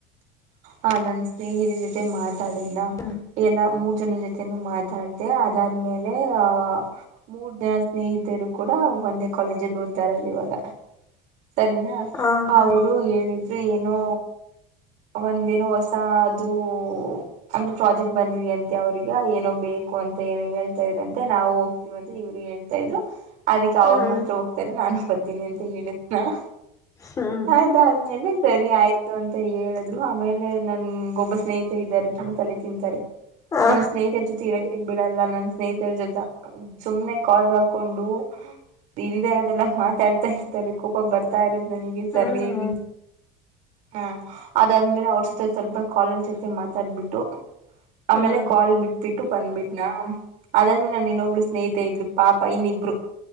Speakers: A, on the right (about 50°); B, on the left (about 20°).
A: ಹ ನನ್ ಸ್ನೇಹಿತರ ಜೊತೆ ಮಾತಾಡದ್ನ
B: ಹ್ಮ್
A: ಎಲ್ಲ ಮೂರ್ ಜನ ಜೊತೆನುೂ ಮಾತಾಡ್ದ ಅದಾದ್ಮೇಲೆ ಆಹ ಮೂರ್ ಜನ ಸ್ನೇಹಿತರು ಕೂಡ ಒಂದೇ ಕಾಲೇಜಲ್ಲಿ ಓದ್ತಾರದು ಇವಾಗ ಸರಿನಾ
B: ಹಾ ಹಾ
A: ಅವರು ಹೇಳಿದ್ರು ಏನೋ ಒಂದೇನು ಹೊಸ ಅದು ಅಂದ್ರೆ ಪ್ರಾಜೆಕ್ಟ್ ಬಂದಿದ ಅಂತೆ ಅವ್ರಿಗೆ ಏನೋ ಬೇಕು ಅಂತ ಏನೋ ಹೇಳ್ತಾ ಇದ್ರಂತೆ ನಾವು ಹೋಗ್ತಿೀವಂತ ಇವರು ಹೇಳ್ತಾ ಇದ್ರು ಅದಕ್ಕೆ ಅವರು
B: ಹ್ಮ್
A: ಮಾತ್ರ ಹೋಗ್ತಾರೆ ನಾನು ಬರ್ತೀನಿ ಅಂತ ಹೇಳಿದ ಹ
B: ಹ್ಮ್
A: ಅದಾದ್ಮೇಲೆ ಸರಿ ಆಯ್ತು ಅಂತ ಹೇಳಿದ್ರು ಆಮೇಲೆ ನನ್ ಒಬ್ಬ ಸ್ನೇಹಿತ ಇದ್ದಾರೆ ತುಂಬಾ ತಲೆ ತಿಂತಾರೆ
B: ಹಾ
A: ನನ್ನ ಸ್ನಚ ತೀರ ಬಿಡಲ್ಲ ನನ್ ಸ್ನೇಹಿತರ ಜೊತೆ ಸುಮನೆ ಕಾಲ್ ಹಾಕೊಂಡು ಇಲ್ದ ಇರೋದೆಲ್ಲ ಮಾತಾಡ್ತಾ ಇರ್ತಾರೆ ಕಕ್ ಬರ್ತಾ ಇರತ್ತ ನನಗೆ
B: ಹ್ಮ್
A: ಸರಿಯಾಗಿ ಹ ಅದಾದ್ಮೇಲೆ ಅವ್ರ ಸ ಸ್ವಲ್ಪ ಕಲ್ಲ್ ಜೊತೆ ಮಾತಾಡ್ಬಿಟ್ಟು ಆಮೇಲೆ
B: ಹ್ಮ್
A: ಕಾಲ್ ಬಿಟ್ಟ ಬಿಿಟ್ಟು ಬಂದ್ಬಿಟ್ನಾ ಅದಾದ್ಮೇಲೆ ನಾನು ಇನ್ನೊಬ್ಳ ಸ್ನೇಹಿತ ಇದ್ಲಿ ಪಾಪ ಇನ್ನಿಬ್ರು